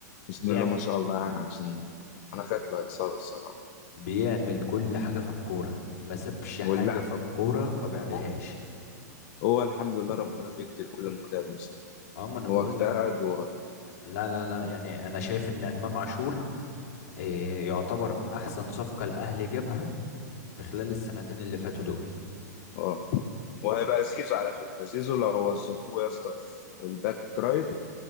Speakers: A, on the left; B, on the left.
A: بسم
B: بيعمل
A: الله ما شاء الله يعني عشان انا خايف لو اتصاب الصراحة
B: بيعمل كل حاجه في الكوره ما سابش حاجه
A: ولا
B: في الكوره ما بيعملش
A: هو هو الحمد لله ربنا بيدي لكل مجتهد نصيب
B: اه ما انا بقول
A: هو اجتهد
B: لك،
A: و
B: لا لا لا يعني انا شايف ان امام عاشور إيه، يعتبر احسن صفقة الاهلي جابها في خلال السنتين اللي فاتوا دول
A: اه وهيبقى زيزو على فكرة زيزو لو وظفوه يا اسطى في الباك رايت